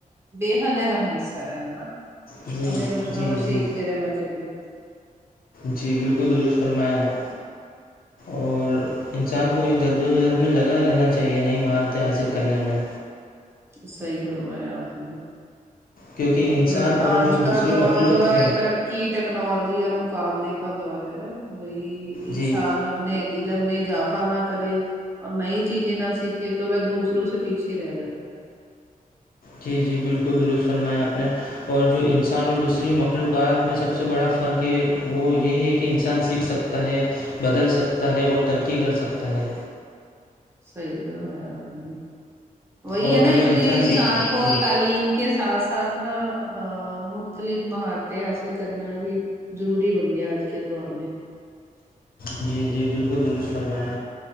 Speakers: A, on the right; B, on the left.
A: بے حد اہم حصہ ہے ہے نا
B: جی
A: ہمیں کچھ نہ
B: جی
A: کچھ سیکھتے
B: جی
A: رہنا چاہیے
B: جی بالکل درست فرمایا <inaudible> اور انسان کو جد و جہد میں لگا رہنا چاہیے نئی مہارتیں حاصل کرنے میں
A: صحیح فرمایا آپ نے
B: کیونکہ
A: مطلب
B: انسان
A: آج
B: اور جو
A: کا
B: دوسری
A: دور
B: مخلوق
A: جو ہے تر کی ٹیکنالوجی اور مقابلے کا دور ہے وہی انسان
B: جی
A: اپنے علم میں اضافا نہ کر اور نئی چیزیں نہ سیکھے تو وہ دوسروں سے پیچھے رہ جاتا ہے
B: جی جی بالکل درست فرمایا آپ نے اور جو انسان اور دوسری مخلوقات میں سب سے بڑا فرق ہے وہ یہی ہے کہ انسان سیکھ سک ہے بدل سکتا ہے اور ترقی کر سکتا ہے
A: صحی برمایا آپ نے وہی
B: اور
A: ہے نا
B: اگر
A: اس لیے انسان
B: سیکھ
A: کو
B: جی
A: تعلیم کے ساتھھ ساتھنا ہاں مختلف مہارتیں حاصل کرنا بھی ضروری بن گیا آج کے دور میں
B: جی جی بالکل درست فرما